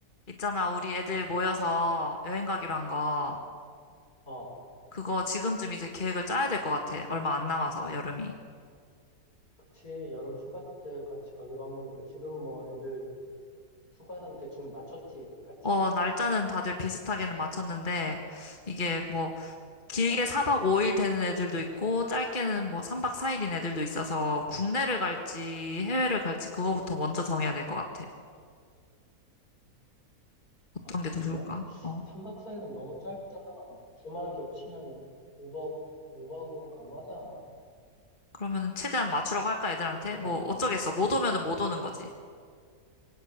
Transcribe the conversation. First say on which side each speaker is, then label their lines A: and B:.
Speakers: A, on the left; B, on the left.
A: 있잖아, 우리 애들 모여서 여행 가기로 한 거.
B: 어,
A: 그거 지금쯤 이제 계획을 짜야 될 것 같아. 얼마 안 남아서, 여름이.
B: 그치. 여름 휴가 때 같이 가기로 한 거니까 지금 뭐 애들 휴가는 대충 맞췄지, 같이.
A: 어, 날짜는 다들 비슷하게는 맞췄는데, 이게 뭐, 길게
B: 어,
A: 4박 5일 되는 애들도 있고, 짧게는 뭐 3박 4일인 애들도 있어서, 국내를 갈지, 해외를 갈지, 그거부터 먼저 정해야 될 것 같아. 어떤
B: 아,
A: 게 더
B: 그래?
A: 좋을까? 어.
B: 3박 4일은 너무 짧다. 주말 겹치면 5박, 5박은 가능하지 않아?
A: 그러면은 최대한 맞추라고 할까, 애들한테?
B: 5박
A: 뭐,
B: 6일.
A: 어쩌겠어. 못 오면은 못 오는 거지.